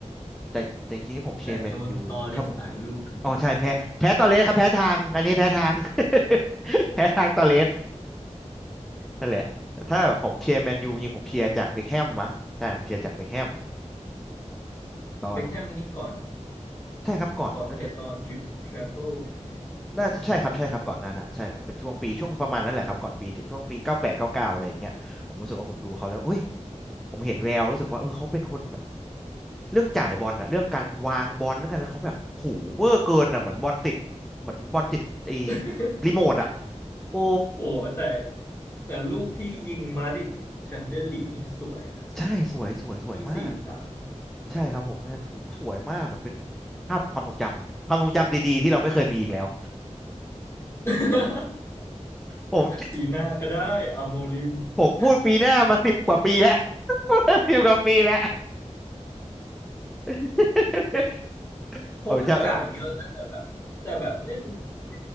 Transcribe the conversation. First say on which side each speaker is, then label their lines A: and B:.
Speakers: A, in the centre; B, on the left.
A: แต่แต่จริงๆที่ผมเชียร์แมนยูจริงๆครับผม
B: แต่โดนตอเลสหลายลูก <laughs>
A: อ๋อใช่แพ้แพ้ตอเรสครับแพ้ทางอันนี้แพ้ทาง <laughs> แพ้ทางตอเรสนั่นแหละแต่ถ้าผมเชียร์แมนยูจริงๆผมเชียร์จากเบคแฮมมั้งใช่ผมเชียร์จากเบคแฮม ตอน
B: เบ็คแฮมนี้ก่อน
A: ใช่ครับก่อนน่าจะ
B: ก่อนไอตอนทริปทรเบิลใช่ไหม
A: น่าจะใช่ครับใช่ครับก่อนหน้านั้นใช่ครับเป็นช่วงปีช่วงประมาณนั้นแหละครับก่อนปีช่วงปีเก้าแปดเก้าเก้าอะไรอย่างเงี้ยผมรู้สึกว่าผมดูเขาแล้วเอ้ย
B: หรือว่า
A: ผมเห็นแววรู้สึกว่าเออเขาเป็นคนแบบเรื่องจ่ายบอลอะเรื่องการวางบอลเรื่องอะไรเขาแบบโหเวอร์เกินอะเหมือนบอลติดเหมือนบอลติดไอ้
B: <laughs>
A: รีโมทอะโอ้
B: โอ้แต่แต่ลูกที่ยิงมาดริดแชมเปี้ยนลีกนี่สวยนะฟรีคิกอะที่สี่สาม
A: ใช่สวยสวยสวยมากใช่ครับผมใช่โหสวยมากแบบเป็นภาพความทรงจำความทรงจำดีๆที่เราไม่เคยมีอีกแล้ว
B: <laughs>
A: ผม
B: ปีหน้าก็ได้อาโมลิน <laughs>
A: ผมพูดปีหน้ามาสิบกว่าปีแล้ว <laughs> สิบกว่าปีแล้ว <laughs>
B: เขาก็จ่ายเยอะนะแต่แบบแต่แบบไม่รู้ทำไม
A: ผมจะ